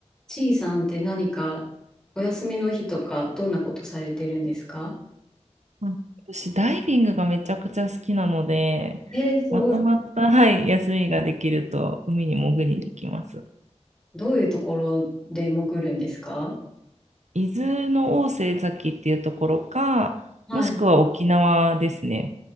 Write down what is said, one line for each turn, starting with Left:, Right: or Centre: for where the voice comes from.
Centre: ちいさんって何かお休みの日とかどんなことされてるんですか
Right: うん私、ダイビングがめちゃくちゃ好きなので、
Centre: えー、すごい。
Right: まとまった、はい、休みができると、海に潜りに行きます。
Centre: どういうところで潜るんですか
Right: 伊豆の大瀬崎っていうところか、
Centre: はいはい。
Right: もしくは沖縄ですね。